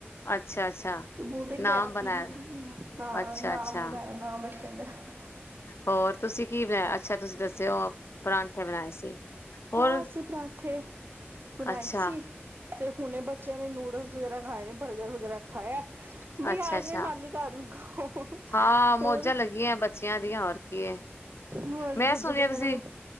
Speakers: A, on the left; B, on the right.
A: ਅੱਛਾ-ਅੱਛਾ
B: ਬੋਲਦੇ ਕੇਟੀ
A: ਨਾਮ ਬਣਾਇਆ
B: ਕਿੱਥੇ ਗਈ ਹਾਂ
A: ਅੱਛਾ-ਅੱਛਾ
B: ਨਾਮ ਬਣਾਇਆ ਨਾਮ ਬਣਾਇਆ <unintelligible>
A: ਹੋਰ ਤੁਸੀਂ ਕੀ ਬਣਾਇਆ <unintelligible> ਤੁਂ ਦੱਸ ਤੇ ਉਹ <unintelligible> ਬਣਾਏ ਸੀ ਹੋਰ
B: ਹਾਂ, ਅਸੀਂ ਪਰਾਂਠੇ ਬਣਾਏ
A: ਅੱਛਾ
B: ਸੀ ਤੇ ਹੁਣੇ ਬੱਚਿ ਬੱਚਿਆਂ ਨੇ ਨੂਡਲਸ ਵਗੈਰਾ ਖਾਏ ਨੇ ਬਰਗਰ ਵਗੈਰਾ ਖਾਇਆ ਬਈ
A: ਅੱਛਾ-ਅੱਛਾ
B: ਆ ਦੇ ਨੇ ਨਾਨੀ ਘਰ ਹੁਣ ਖਾਉ
A: ਹਾਂ ਮੌਜਾਂ
B: ਹੋਰ
A: ਲੱਗੀਆਂ ਬੱਚਿਆਂ ਦੀਆਂ ਹੋਰ ਕੀ,
B: ਹੋਰ
A: ਮੈਂ
B: ਦੂਜੇ
A: ਸੁਣਿਆ
B: ਦਿਨ
A: ਤੁਸੀਂ
B: ਇਹਨਾਂ ਨੂੰ